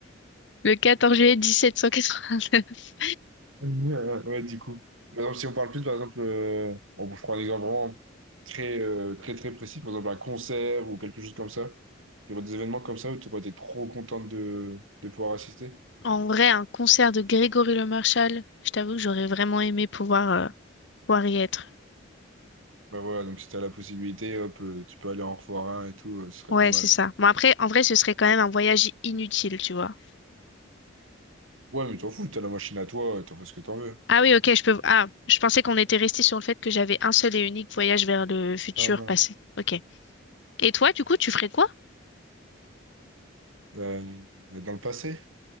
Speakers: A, on the left; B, on the right.
A: le 14 juillet 1789.
B: <laughs> Ouais, ouais, du coup. Par exemple, si on parle plus, par exemple, euh, bon, je prends un exemple vraiment très, euh, très, très précis, par exemple, un concert ou quelque chose comme ça. Il y aurait des événements comme ça où tu aurais été trop contente de, de pouvoir assister.
A: En vrai, un concert de Grégory Le Marchal, je t'avoue que j'aurais vraiment aimé pouvoir, euh, pouvoir y être.
B: Bah voilà, donc si t'as la possibilité, hop, euh, tu peux aller en revoir un et tout, euh, ce serait
A: Ouais,
B: pas mal.
A: c'est ça. Bon, après, en vrai, ce serait quand même un voyage inutile, tu vois.
B: Ouais, mais t'en fous, t'as la machine à toi, euh, t'en fais ce que t'en veux.
A: Ah oui, ok, je peux... Ah, je pensais qu'on était resté sur le fait que j'avais un seul et unique voyage vers le futur
B: Non, non.
A: passé. Ok. Et toi, du coup, tu ferais quoi?
B: Euh, dans le passé?